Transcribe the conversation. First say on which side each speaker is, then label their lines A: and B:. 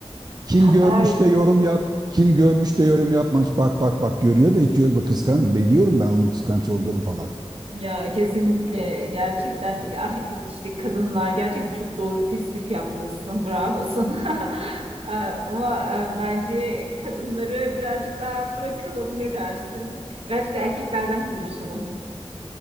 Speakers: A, on the right; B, on the right.
A: Kim görmüş
B: Ay.
A: de yorum yap. Kim görmüş de yorum yapmamış. Bak bak bak görüyor da hiç yorum kıskan. Biliyorum ben onun kıskanç olduğunu falan.
B: Ya kesinlikle gerçekten ya işte kadınlar gerçekten çok doğru tespit yapmışsın. Bravo sana. <laughs> Ee, Ama e, bence kadınları birazcık daha bırakalım ne dersin? Birazcık da erkeklerden konuşalım.